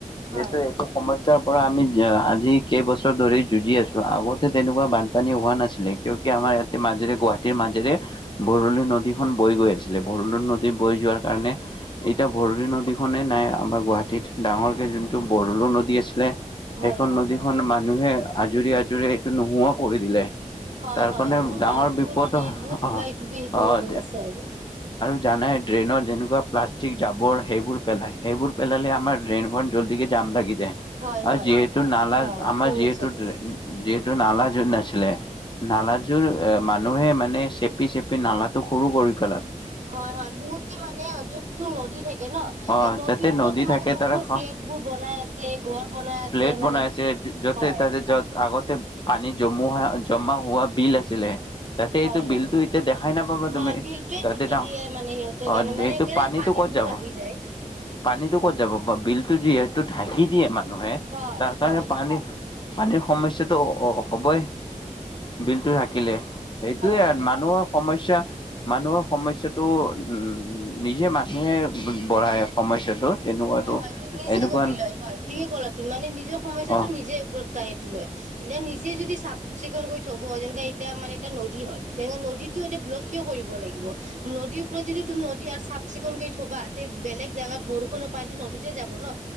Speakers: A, on the left; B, on the right.
A: যিহেতু
B: হয়
A: এইটো সমস্যা পৰা আমি আজি কেইবছৰ ধৰি যুঁজি আছো, আগতে তেনেকুৱা বানপানী হোৱা নাছিলে, কিয় কি আমাৰ ইয়াতে মাজেৰে গুৱাহাটীৰ মাজেৰে বৰলী নদীখন বৈ গৈ আছিলে, বৰলো নদী বৈ যোৱাৰ কাৰণে এতিয়া ভৰলি নদীখনে নাই আমাৰ গুৱাহাটীত ডাঙৰকে যোনটো বৰলো নদী আছিলে সেইখন
B: হয় হয়
A: নদীখন
B: হয়
A: মানুহে আজৰি আজৰি এইটো নোহোৱাও কৰি দিলে।
B: হয়
A: তাৰ
B: হয়,
A: কাৰণে
B: মোৰ
A: ডাঙৰ
B: মানুহবোৰ
A: বিপদ
B: মানে
A: অ',
B: বহুত কিবা কিবি সেইটো
A: অ',
B: হৈ আছে আৰু।
A: জানাই ট্ৰেইনত যেনেকুৱা প্লাষ্টিক, জাবৰ সেইবোৰ পেলায়। সেইবোৰ পেলালে, আমাৰ ড্ৰেইনখন জল্দিকে জাম লাগি
B: হয়
A: আৰু
B: হয়
A: যিহেতু নালা
B: হয়
A: আমাৰ
B: ঠিক
A: যিহে
B: কৈছা তুমি
A: যিহেতু, নালা য'ত নাছিলে, নালাযোৰ মানুহে মানে চেপি চেপি নালাটো সৰু কৰি পেলালে।
B: হয়, হয়। বহুতে মানে, য'ততো নদী থাকে ন'
A: অ',
B: এই নদীৰ
A: যাতে
B: ওপৰতো
A: নদী
B: মানে,
A: থাকে
B: বহুত
A: তাৰ
B: ফ্লেট বোৰ বনাই আছে, ঘৰ বনাই আছে
A: ফ্লেট বনাই
B: মানে।
A: আছে য'তে
B: হয়
A: তাতে য'ত আগতে পানী জমা হোৱা বিল আছিলে। তাতে
B: হয়,
A: এইটো বিলটো
B: হয়,
A: এতিয়া দেখাই নাপাবা
B: হয়!
A: তুমি
B: বিলটোৱে
A: তাতে
B: ঢাকি
A: ডাঙ
B: দিয়ে মানে, সিহঁতে
A: অ
B: কাৰণে মানে,
A: এইটো পানীটো
B: পানীবোৰ
A: ক'ত যাব
B: আহি যায়।
A: পানীটো ক'ত যাব বা বিলটো যিহেতু ঢাকি দিয়ে মানে। নহয়।
B: হয়
A: তাৰ কাৰণ,
B: হয়
A: পানী পানীৰ সমস্যাটো হ'বই বিলটো থাকিলে। সেইটোৱে
B: হয় হয়।
A: মানুহৰ সম সমস্যা মানুহৰ সমস্যাটো উম, নিজে মানুহে বঢ়ায় সমস্যাটো। তেনেকুৱাতো
B: হয়, হয়। নি নিজে
A: এনেকুৱা
B: গতি লয়। হয়! ঠিকে ক'লা তুমি মানে, নিজৰ সমস্যাটো
A: অ
B: নিজে ওপৰত টাইটো লয়। এতিয়া নিজে, যদি চাফ চিকুণ কৰি থব যেনেকা এতিয়া মানে, এটা নদী হ'ল তেনে নদীতটো এতিয়া ব্লক কিয় কৰিব লাগিব? নদীৰ ওপৰত যদি তুমি নদী আৰু চাফ চিকুণ কৰি থ'বা তে বেলেগ জেগাত বৰষুণৰ <unintelligible> পানীটো নদীতে যাব ন'।